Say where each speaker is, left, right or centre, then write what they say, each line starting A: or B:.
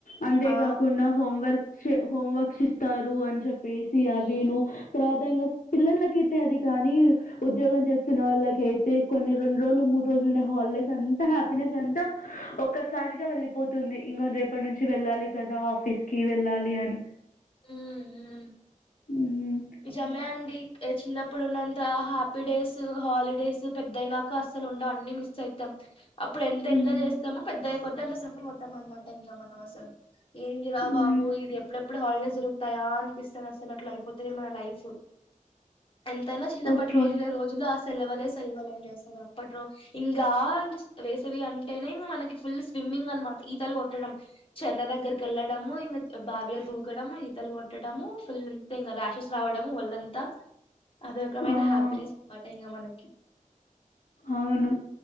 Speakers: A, on the left; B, on the left.
A: అంతేకాకుండా
B: ఆ
A: హోంవర్క్ హోంవర్క్స్ ఇస్తారు అని చెప్ప ఏసి ఆవి
B: ఉమ్
A: ను తర్వాత ఇంకా పిల్లలకైతే అది కానీ ఉద్యోగం చేస్తున్న వాళ్ళకి అయితే కొన్ని రెండు రోజులు మూడు రోజులుండ హాలిడేస్ అంతా హ్యాపీనెస్ అంతా ఒక్కసారిగా వెళ్లిపో తుంది ఇంకొ రేపటి నుంచి వెళ్ళాలి కదా ఆఫీస్ కి వెళ్ళాలి అని
B: ఊ ఊ
A: హ్మ్.
B: నిజమే అండి చిన్నప్పుడు ఉన్నంత హ్యాపీ డేస్ హాలిడేస్ పెద్దయినాక అసలు ఉండవు అన్ని మిస్ అయతాం అప్పుడు ఎంత
A: హ్మ్.
B: ఎంజాయ్ చేస్తామో పెద్ద అయ్యే కొద్ది అంత సఫర్ అయతాం అన్నమాట మనం అసలు ఏందిరా
A: హ్మ్.
B: బాబు, ఇది ఎప్పుడెప్పుడు హాలిడేస్ దొరుకుతాయా అనిపిస్తది. అసల్ అట్ల అయిపో తాది మన లైఫ్. ఎంతైనా చిన్నప్పటి
A: ఓకే.
B: రోజులే, రోజులు అస సెలవలే సెలవలని చేస్తా <unintelligible> అప్పట్లో. ఇంగా, ఇంగ్ వేసవి అంటేనే ఇంగా మనకి ఫుల్ స్విమ్. స్మింగ్ అన్నమాట. ఈతలు కొట్టడం, చెర్ల దగ్గరికి ఎళ్లడము. ఇంగా బావిలో దూకడం, ఈతలు కొట్టడం. ము. ఫుల్ ఉంటాయి ఇంగా, రాష్ రషెస్ రావడం ఓల్లంతా. అదో రకమైన
A: ఆ!
B: హ్యాపీనెస్ అన్నమాట ఇంగా మనక్.
A: అవును.